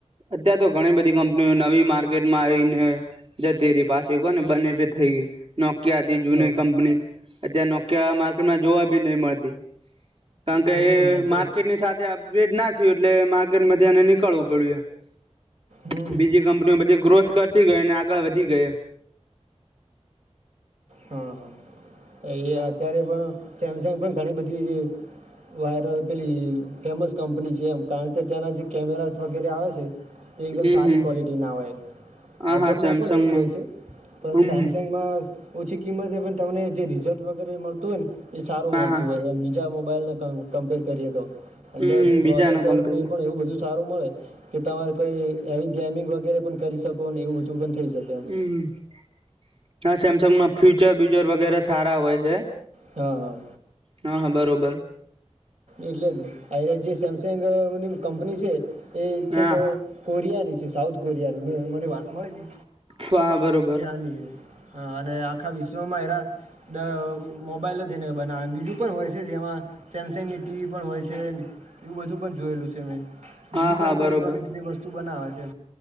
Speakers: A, on the right; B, on the right.
A: અત્યાર તો ઘણી બધી કંપનીઓ નવી માર્કેટમાં આવીને જ તેરી પાછી કો ને બને ભે થઈ ગઈ નોકિયા હતી જૂની
B: હા હા.
A: કંપની અત નોકિયા માર્કેટમાં જોવા બી નહી મળતી કારણ કે
B: હમ અત્યારે
A: માર્ અપગ્રેડ ના થયું એટલે માર્કેટમાંને નીકળવું પડ્યું
B: હમ
A: બી કંપની બધી ગ્રોથ કરતી ગઈ અને આગળ વધી ગઈ
B: હા હા એ અત્યારે પણ સેમસંગ પણ ઘણી બધી વાયરલ પેલી ફેમસ કંપની છે એમ કારણ કે ત્યાંના જે કેમેરા વગેરે આવે છે તે એકદમ
A: હમ
B: સારી
A: હમ
B: ક્વોલિટીના હોય
A: હા
B: આઇફોનમાં
A: હા સેમસંગમાં
B: પણ એવું જ હોય છે પરંતુ
A: હમ
B: સેમસંગમાં
A: હમ
B: ઓછી કિંમતે પણ તમને જે રિઝલ્ટ વગેરે મળતું હોય ને એ સારું
A: હા
B: મળતું
A: હા
B: હોય બ મોબાઈલને કમ્પેર કરીએ તો અંદર
A: હમ
B: પ્રોસેસર
A: બીજાના કમ્પેરમાં
B: ને પણ એવું બધું સારું મળે કે તમારે કોઈ હેવી ગેમિંગ વગેરે પણ કરી શકો ને એવું બધું પણ થઈ શકે એમ
A: હમ હા સેમસંગમાં ફ્યુચર બ્યુચર વગેરે સારા હોય છે
B: હા હા
A: હા હા બરાબર
B: એટલે જ અરે જે સેમસંગ ની કંપની છે એ છે
A: હા
B: કે કોરિયા ની છે સાઉથ કોરિયાની મે મને વાત મળી
A: ખવા હ બર
B: ત્યાંની હ અને આખા વિશ્વમાં હરા મોબાઈલ જ એને બના બીજું પણ હોય છે જેમાં સેમસંગ ની ટીવી પણ હોય છે એવું બધું પણ જોયેલું છે મેં બીજી
A: હા
B: પણ
A: હા
B: ઇલેક્ટ્રોનિક્સ
A: બરોબર
B: જે વસ્તુ બનાવે છે.